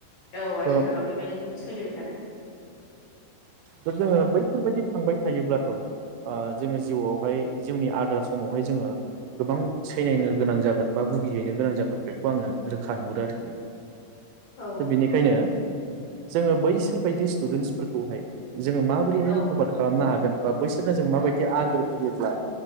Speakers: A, on the left; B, on the right.
A: औ आथिखालाव
B: थ'
A: बेबायदिनो सोलिबाय थादों
B: दा जोङो बैफोरबायदि थांबाय थायोब्लाथ' जोङो जिउआवहाय जिउनि आद्रा समावहाय जोङो गोबां सैनायनो गोनां जागोन बा भुगिहैनो गोनां जागोन बेखौ आङो रोखा नुहुरो आरोखि
A: औ
B: बेनिखायनो
A: नंगौ
B: जोङो बै बिसोरबायायदि स्टुडेन्टसफोरखौहाय जोङो माबोरैहाय
A: औ
B: रिकभार खालामनो हागोन बा बैसोरनो जों माबायदि आगोर बयोब्ला